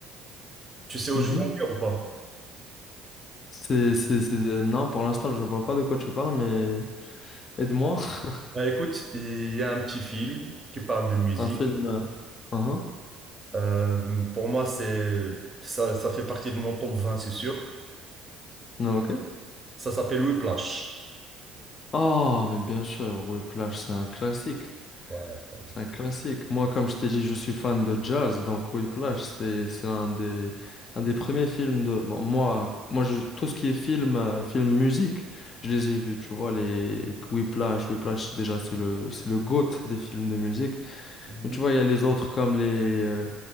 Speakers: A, on the right; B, on the left.
A: tu sais où
B: Mhm.
A: je veux en venir ou pas?
B: C'est, c'est, c'est- Non, pour l'instant, je vois pas de quoi tu parles, mais aide-moi. <laughs>
A: Bah, écoute, il y a un petit film qui parle de musique.
B: Un film. euh, uhum.
A: Euh, pour moi, c'est ça, ça fait partie de mon top 20, c'est sûr.
B: Non, ok.
A: Ça s'appelle Whiplash.
B: Oh, mais bien sûr, Whiplash, c'est un classique.
A: Ouais, ça-
B: C'est un classique. Moi, comme je t'ai dit, je suis fan de jazz, donc Whiplash, c'est, c'est l'un des, l'un des premiers films de. bon, moi, moi je- tout ce qui est film, euh, film musique, je les ai vus, tu vois, les Whiplash. Whiplash, déjà, c'est le, c'est le GOAT des films de musique.
A: Ouais,
B: Mais tu vois, il y a les autres comme les. euh,